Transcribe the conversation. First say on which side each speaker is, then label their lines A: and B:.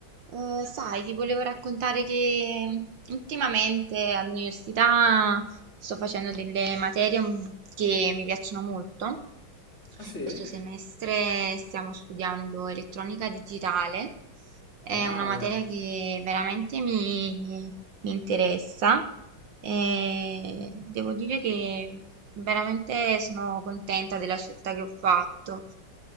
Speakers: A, on the right; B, on the left.
A: Eh, sai, ti volevo raccontare che ultimamente all'università sto facendo delle materie mm, che mi piacciono molto.
B: Ah sì?
A: Questo semestre stiamo studiando elettronica digitale, è
B: Wow!
A: una materia che veramente mi, mi interessa e devo dire che veramente sono contenta della scelta che ho fatto.